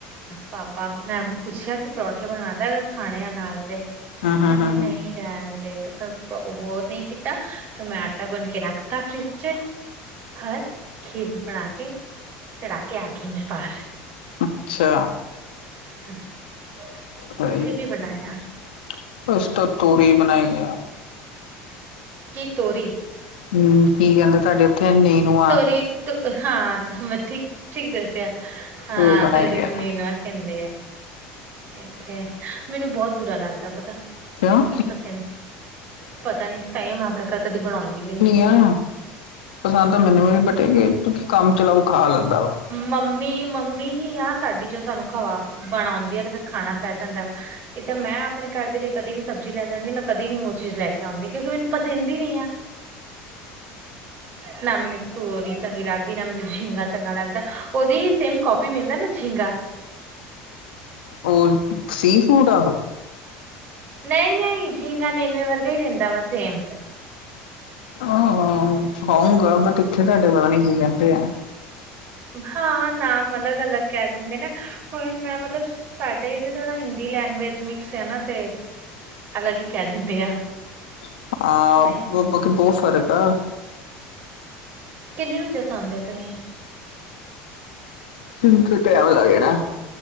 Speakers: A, on the right; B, on the left.
A: ਪਾਪਾ ਮੈਂ ਪੁੱਛਿਆ ਕਿ ਪਰੌਠੇ ਬਣਾ ਦਿਆਂ, ਅਗਰ ਖਾਣੇ ਆ ਨਾਲ ਤੇ।
B: ਹਾਂ ਹਾਂ
A: ਕਹਿੰਦੇ
B: ਹਾਂ
A: ਨਹੀਂ
B: ਹਾਂ
A: ਰਹਿਣਦੇ ਤੂੰ ਕ <unintelligible> ਨਹੀਂ ਕੀਤਾ ਫਿਰ ਮੈਂ ਆਟਾ ਗੁੰਨ ਕੇ ਰੱਖਤਾ ਫਰਿੱਜ ਚ। ਹੋਰ ਖੀਰ ਬਣਾ ਕੇ ਚੜ੍ਹਾ ਕੇ ਆ ਗਈ ਮੈਂ ਬਾਹਰ।
B: ਅੱਛਾ।
A: ਹਮ।
B: <unintelligible>
A: ਤੁਸੀਂ ਕੀ ਬਣਾਇਆ?
B: ਅਸੀਂ ਤਾਂ ਤੋਰੀ ਬਣਾਈ ਆ।
A: ਕੀ ਤੋਰੀ
B: ਨੂੰ ਕੀ ਕਹਿੰਦੇ ਤੁਹਾਡੇ ਉੱਥੇ ਨੀਨੂ ਆ
A: ਤੋਰੀ ਤ ਹਾਂ ਥ ਮ ਠੀਕ ਠੀਕ ਦੱਸਿਆ। ਹਾਂ
B: ਉਹ ਬਣਾਈ
A: ਤੋਰੀ ਨੂੰ
B: ਆ
A: ਨੀਨਵਾ ਕਹਿੰਦੇ ਆ। ਇੱਥੇ ਮੈਨੂੰ ਬਹੁਤ ਬੁਰਾ ਲੱਗਦਾ ਪਤਾ,
B: ਕਿਉਂ
A: ਮੈਨੂੰ ਨੀ ਪਸਿੰਦ। ਪਤਾ ਨੀ ਤਾਹੀਓਂ ਮੈਂ ਆਪਣੇ ਘਰ ਕਦੀ ਬਣਾਉਂਦੀ ਵੀ ਨੀ।
B: ਜਾ ਪਸੰਦ ਤਾਂ ਮੈਨੂੰ ਵੀ ਨੀ ਬਟ ਏਹੇ ਭੁੱਖੀ ਕੰਮ ਚਲਾਊ ਖਾ ਲੈਂਦਾ ਵਾ।
A: ਮੰਮੀ ਮੰਮੀ ਹੀ ਆ ਸਾਡੀ ਜੋ ਸਾਨੂੰ ਖਵਾ ਬਣਾਉਂਦੀ ਆ ਤੇ ਫਿਰ ਖਾਣਾ ਪੈ ਜਾਂਦਾ ਵਾ। ਇਹ ਤਾਂ ਮੈਂ ਆਪਣੇ ਘਰ ਦੇ ਲਈ ਕਦੇ ਵੀ ਸਬਜ਼ੀ ਲੈ ਜਾਂਦੀ ਮੈਂ ਕਦੀ ਨੀ ਉਹ ਚੀਜ਼ ਲੈ ਕੇ ਆਉਂਦੀ ਕਿਉਂਕਿ ਮੈਨੂੰ ਪਸੰਦ ਹੀ ਨੀ ਆ। ਨਾ ਮੈਨੂੰ ਤੋਰੀ ਚੰਗੀ ਲੱਗਦੀ ਨਾ ਮੈਨੂੰ ਜੀਗਾਂ ਚੰਗਾ ਲੱਗਦਾ ਉਹਦੀ ਹੀ ਸੇਮ ਕੋਪੀ ਮਿਲਦਾ ਨਾ ਜੀਗਾਂ।
B: ਉਹ ਸੀ ਫੂਡ ਆ ਓਹੋ?
A: ਨਹੀਂ-ਨਹੀਂ ਜੀਂਗਾ ਨੇਨਵੇ ਵਰਗਾ ਈ ਰਹਿੰਦਾ ਵਾ ਸੇਮ।
B: ਹਾਂ-ਹਾਂ ਖਾਊਂਗਾ ਬਟ ਇੱਥੇ ਤੁਹਾਡੇ ਪਤਾ ਨੀ ਕੀ ਕਹਿੰਦੇ ਆ।
A: ਹਾਂ ਨਾਮ ਅਲੱਗ-ਅਲੱਗ ਕਹਿ ਦਿੰਦੇ ਨੇ, ਹੁਣ ਮਤਲਬ ਸਾਡੇ ਇਹਦੇ ਥੋੜਾ ਹਿੰਦੀ ਲੈਂਗੁਏਜ ਮਿਕਸ ਆ ਨਾ ਤੇ ਅਲੱਗ ਹੀ ਕਹਿ ਦਿੰਦੇ ਆ।
B: ਅ,
A: ਨਹੀਂ
B: ਉਹ ਬਾਕੀ ਬਹੁਤ ਫਰਕ ਆ।
A: ਕਿੰਨੇ ਵਜੇ ਸੋਂਦੇ ਓ ਤੁਸੀਂ?
B: ਮੈਨੂੰ ਤੇ ਟਾਈਮ ਲੱਗ ਜਾਣਾ,